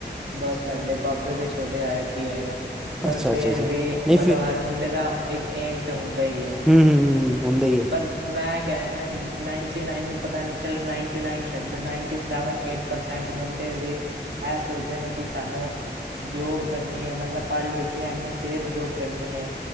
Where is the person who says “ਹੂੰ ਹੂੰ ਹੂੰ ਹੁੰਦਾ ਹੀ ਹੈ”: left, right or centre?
Centre